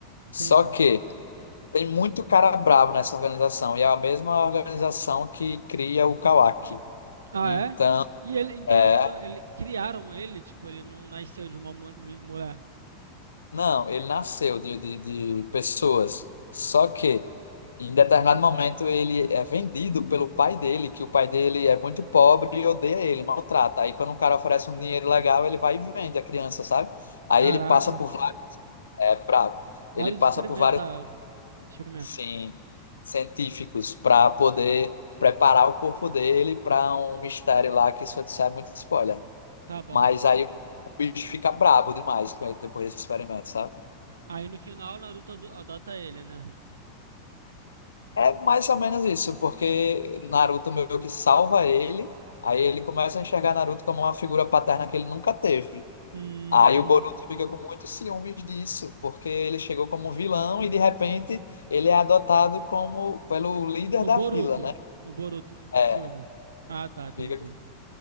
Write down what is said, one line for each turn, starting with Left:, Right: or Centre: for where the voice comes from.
Right: entendi.
Left: Só que tem muito cara bravo nessa organização, e é a mesma organização que cria o Kawaki.
Right: Ah,
Left: Então,
Right: é? E ele, então
Left: é,
Right: ele não, ele criaram ele, tipo, ele não nasceu de uma mu- mi- mulher.
Left: Não, ele nasceu de, de, de pessoas. Só que, em determinado momento, ele é vendido pelo pai dele, que o pai dele é muito pobre e odeia ele, maltrata. Aí, quando o cara oferece um dinheiro legal, ele vai e vende a criança, sabe? Aí
Right: Caraca,
Left: ele passa por vários, é, bravo.
Right: vários
Left: Ele passa
Right: experimentaram,
Left: por vários,
Right: experimentos.
Left: sim, científicos para poder preparar o corpo dele para um mistério lá, que isso é muito spoiler.
Right: Tá bom.
Left: Mas aí o bicho fica brabo demais com ele depois desse experimento, sabe?
Right: Aí no final, Naruto ado- adota ele, né?
Left: É mais ou menos isso, porque Naruto meio que salva ele, aí ele começa a enxergar Naruto como uma figura paterna que ele nunca teve.
Right: Hum,
Left: Aí o Boruto fica com muitos ciúmes disso, porque ele chegou como vilão e de repente ele é adotado como pelo líder
Right: o
Left: da
Right: Boruto.
Left: vila, né?
Right: O Boruto ficou com
Left: É,
Right: ciúme. Ah, tá, entendi.
Left: fica-